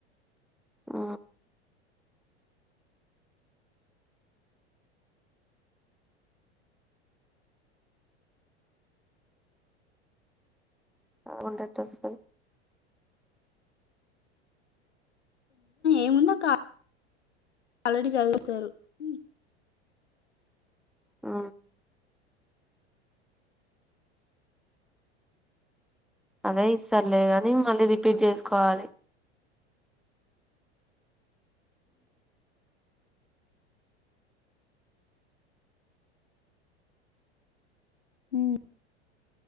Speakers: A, in the centre; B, on the left.
A: ఆ అగుంట ఎట అస్తది
B: ఏముందో కా ఆల్రెడీ చదువుతారు ఉ
A: ఆ అదే ఇస్తర్లే కాని మళ్ళీ రిపీట్ చేసుకోవాలి
B: ఊ